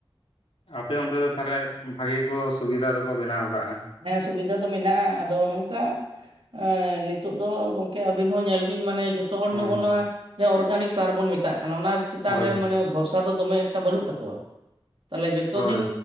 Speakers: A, on the left (about 80°); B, on the right (about 75°).
A: ᱟᱯᱮ ᱚᱱᱛᱮ ᱫᱚ ᱛᱟᱦᱚᱞᱮ ᱵᱷᱟᱜᱮ ᱜᱮᱠᱚ ᱥᱩᱵᱤᱫᱷᱟ ᱫᱚᱠᱚ ᱵᱮᱱᱟᱣ ᱟᱠᱟᱜ-ᱟ᱾
B: ᱦᱮᱸ ᱥᱩᱵᱤᱫᱟ ᱫᱚ ᱢᱮᱱᱟᱜ-ᱟ, ᱟᱫᱚ ᱱᱚᱝᱠᱟ ᱮ ᱱᱤᱛᱚᱜ ᱫᱚ ᱜᱚᱝᱠᱮ, ᱟᱵᱤᱱ ᱦᱚᱸ ᱧᱮᱞ ᱵᱤᱱ ᱢᱟᱱᱮ ᱡᱚᱛᱚ ᱦᱚᱲ
A: ᱦᱳᱭ
B: ᱱᱚᱜ-ᱚ ᱱᱚᱣᱟ ᱚᱨᱜᱟᱱᱤᱠ ᱥᱟᱨ ᱵᱚᱱ ᱢᱮᱛᱟᱜ ᱠᱟᱱᱟ ᱚᱱᱟ ᱪᱮᱛᱟᱱ
A: ᱦᱳᱭ
B: ᱨᱮ ᱢᱟᱱᱮ ᱵᱷᱚᱨ ᱥᱟ ᱫᱚ ᱫᱚᱢᱮ ᱮᱠᱴᱟ ᱵᱟᱹᱱᱩᱜ ᱛᱟᱠᱚᱣᱟ ᱛᱟᱦᱚᱞᱮ ᱡᱚᱛᱚ
A: ᱦᱳᱭ
B: ᱫᱤᱱ